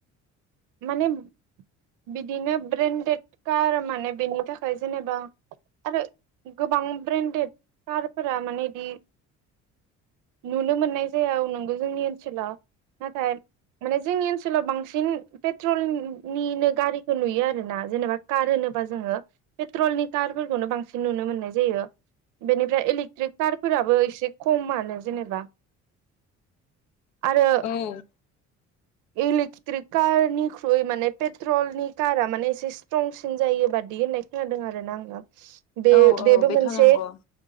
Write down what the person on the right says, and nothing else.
माने बिदिनो ब्रेन्डेड कार माने बेनि थाखाय जेनेबा आरो गोबां ब्रेन्डेड कारफोरा माने बिदि नुनो मोननाय जाया नंगौ जोंनि ओनसोलाव नाथाय माने जोंनि ओनसोलाव बांसिन पेट्रलनिनो गारिखौ नुयो आरो ना जेनेबा कार होनोबा जोङो पेट्रलनि कारफोरखौनो बांसिन नुनो मोननाय जायो। बेनिफ्राय इलेकट्रिक कार फोराबो एसे खममा जेनेबा आरो
इलेक्ट्रिक कारनिख्रुय माने पेट्रलनि कारा माने एसे स्ट्रंसिन जायो बादि होननाय खोनादों आरो ना आङो। बे-बेबो
मोनसे।